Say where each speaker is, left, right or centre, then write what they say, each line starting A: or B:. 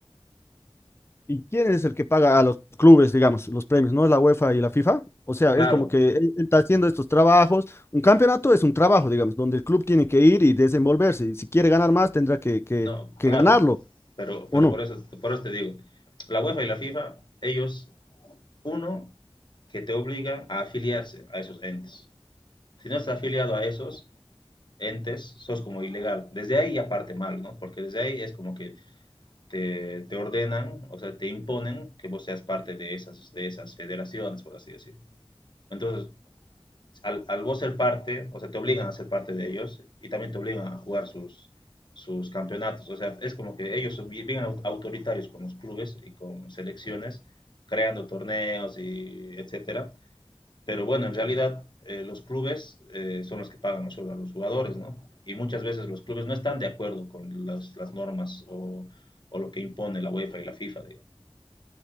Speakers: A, on the left; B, on the left.
A: ¿y quién es el que paga a los clubes, digamos, los premios? ¿No es la UEFA y la FIFA? O sea,
B: Claro,
A: es como que él- él está haciendo estos trabajos. Un campeonato es un trabajo, digamos, donde el club tiene que ir y desenvolverse. Y si quiere ganar más, tendrá que, que,
B: no,
A: que
B: claro,
A: ganarlo,
B: pero,
A: ¿o
B: pero
A: no?
B: por, eso, por eso te digo, la UEFA y la FIFA, ellos, uno, que te obliga a afiliarse a esos entes. Si no estás afiliado a esos entes, sos como ilegal. Desde ahí ya parte mal, ¿no? Porque desde ahí es como que te, te ordenan, o sea, te imponen que vos seas parte de esas, de esas federaciones, por así decir. Entonces, al, al vos ser parte, o sea, te obligan a ser parte de ellos y también te obligan a jugar sus, sus campeonatos. O sea, es como que ellos son bien autoritarios con los clubes y con selecciones, creando torneos y etcétera. Pero bueno, en realidad eh, los clubes eh, son los que pagan los sueldos a los jugadores, ¿no? Y muchas veces los clubes no están de acuerdo con las, las normas o, o, lo que impone la UEFA y la FIFA. Digamos.